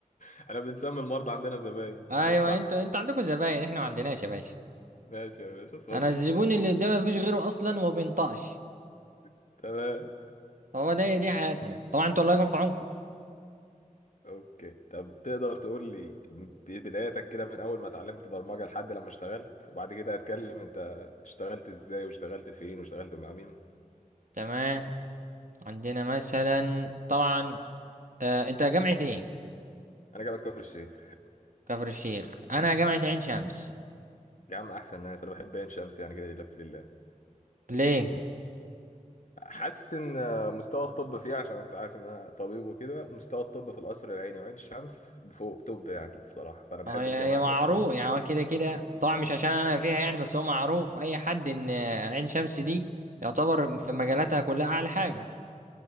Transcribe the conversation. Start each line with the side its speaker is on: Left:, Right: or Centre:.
Left: احنا بنسمي المرضى عندنا زباين
Right: ايوه
Left: الله يصلحها
Right: انتوا انتوا عندكم زباين احنا ما عندناش يا باشا
Left: ماشي يا باشا اتفضل
Right: انا الزبون اللي قدامي مفيش غيره اصلا وما بينطقش
Left: <laughs> تمام
Right: هو ده دي حياتنا طبعا انتوا الله يكون في عونكم
Left: اوكي طب تقدر تقول لي بدايتك كده من اول ما اتعلمت برمجة لحد لما اشتغلت وبعد كده هتكلم انت اشتغلت ازاي واشتغلت فين واشتغلت مع مين
Right: تمام عندنا مثلا طبعا آه انت جامعة ايه
Left: انا جامعة كفر الشيخ
Right: كفر الشيخ انا جامعة عين شمس
Left: يا عم احسن ناس انا بحب عين شمس يعني كده لله في لله
Right: ليه
Left: حاسس ان مستوى الطب فيه عشان انت عارف ان انا طبيب وكده مستوى الطب في القصر العيني وعين شمس فوق طب يعني الصراحه فانا بحب
Right: اه يا
Left: الجامعات
Right: يا معروف
Left: دي عموما
Right: يعني هو كده كده طبعا مش عشان انا فيها يعني بس هو معروف اي حد ان عين شمس دي يعتبر في مجالاتها كلها اعلى حاجه